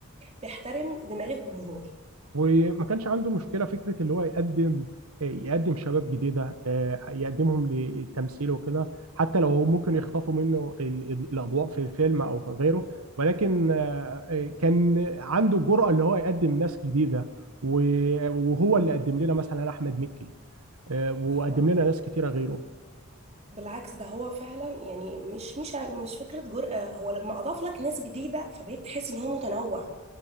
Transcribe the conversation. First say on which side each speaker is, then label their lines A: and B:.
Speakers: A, on the right (about 30°); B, on the right (about 80°).
A: بيحترم دماغ الجمهور
B: وما كانش عنده مشكله فكره اللي هو يقدم يقدم شباب جديده آه، يقدمهم للتمثيل وكده حتى لو هو ممكن يخطفوا منه ال- ال- الاضواء في الفيلم او غيره ولكن آه، آه، كان عنده الجرأه اللي هو يقدم ناس جديده و- وهو اللي قدم لنا مثلا احمد مكي آه، وقدم
A: اه
B: لنا ناس كتيره غيره
A: بالعكس ده هو فعلا يعني مش مش ع- مش فكره جرأة هو لما اضاف لك ناس جديده فبقيت تحس ان هو متنوع